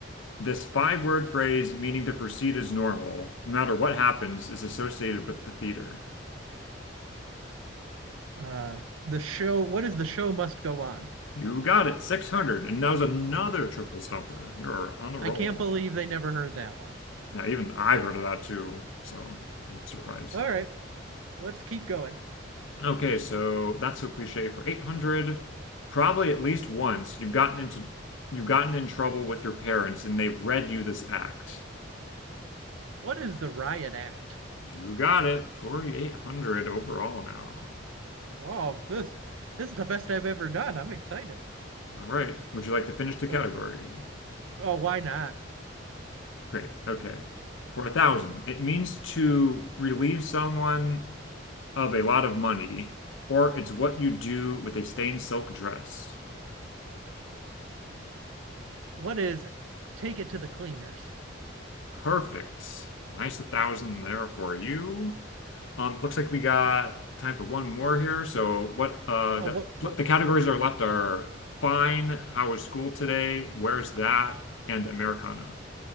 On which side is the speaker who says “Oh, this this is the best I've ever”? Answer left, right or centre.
Right